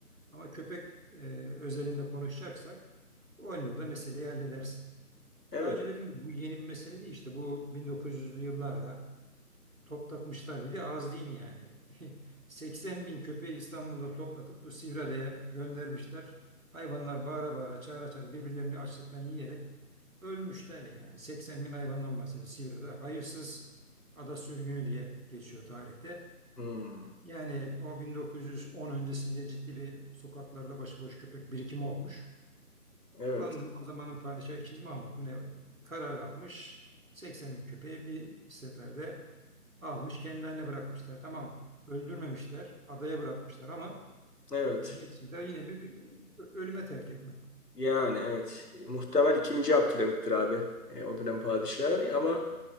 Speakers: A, on the right (about 60°); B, on the left (about 80°).
A: Ama köpek e, özelinde konuşacaksak 10 yılda meseleyi halledersin.
B: Evet.
A: Daha önce dedim ki bu yeni bir mesele değil işte bu 1900'lü yıllarda toplatmışlar bir de az değil yani. <laughs> 80 bin köpeği İstanbul'da toplatıp bu Sivriada'ya göndermişler. Hayvanlar bağıra bağıra çağıra çağıra birbirlerini açlıktan yiyerek ölmüşler yani. 80 bin hayvandan bahsediyor Sivriada. Hayırsız ada sürgünü diye geçiyor tarihte.
B: Hmm.
A: Yani o 1910 öncesinde ciddi bir sokaklarda başıboş köpek birikimi olmuş.
B: Evet.
A: Anladım. O zamanın padişahı ikinci Mahmut mu ne karar almış. 80 bin köpeği bir seferde almış. Kendilerine bırakmışlar. Tamam öldürmemişler. Adaya bırakmışlar ama
B: Evet.
A: e, neticede yine bir, bir ölüme terk etmek.
B: Yani evet. E, Muhtemel ikinci Abdülhamit'tir abi. E, o dönem padişahı. Ama